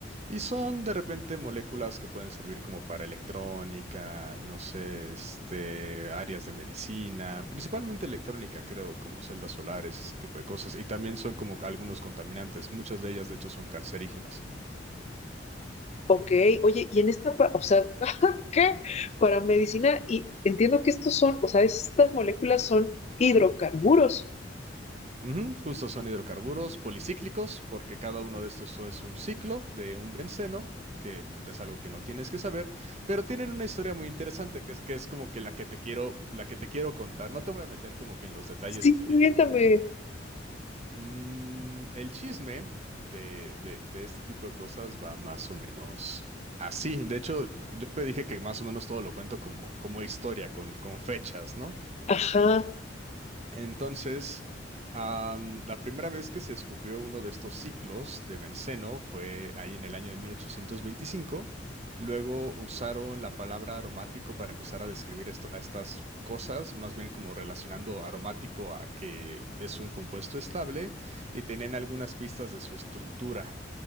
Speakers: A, on the right; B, on the left.
A: Y son de repente moléculas que pueden servir como para electrónica, no sé, este, áreas de medicina, principalmente electrónica, creo, como celdas solares, ese tipo de cosas. Y también son como algunos contaminantes, muchas de ellas de hecho son cancerígenas.
B: Ok, oye, y en esta, pa- o sea, <laughs> ¿qué? Para medicina, y entiendo que estos son, o sea, estas moléculas son hidrocarburos.
A: Ujú, justo son hidrocarburos policíclicos, porque cada uno de estos es un ciclo de un benceno, que es algo que no tienes que saber, pero tienen una historia muy interesante que es, que es como que la que te quiero, la que te quiero contar. No te voy a meter como que en los detalles
B: Sí, cuéntame.
A: Mm, el chisme de, de, de este tipo de cosas va más o menos así. De hecho, yo te dije que más o menos todo lo cuento como, como historia, con, con fechas, ¿no?
B: Ajá,
A: Entonces, am, la primera vez que se descubrió uno de estos ciclos de benceno fue ahí en el año de 1825. Luego usaron la palabra aromático para empezar a describir esto, a estas cosas, más bien como relacionando aromático a que es un compuesto estable y tenían algunas pistas de su estructura.